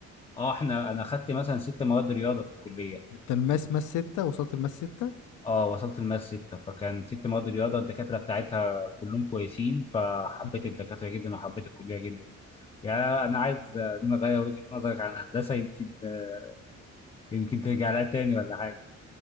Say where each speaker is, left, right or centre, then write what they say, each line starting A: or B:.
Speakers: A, on the left; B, on the left.
A: اه احنا انا خدت مثلا ست مواد رياضه في الكليه
B: انت الماس ماس ستة وصلت الماس ستة
A: اه وصلت الماس سته فكان ست مواد رياضه الدكاتره بتاعتها كلهم كويسين فحبيت
B: مم.
A: الدكاتره جدا وحبيت الكليه جدا يعني انا عايز آه، ان انا اغير وجهه نظرك عن هندسه يمكن آه، يمكن ترجع لها تاني ولا حاجه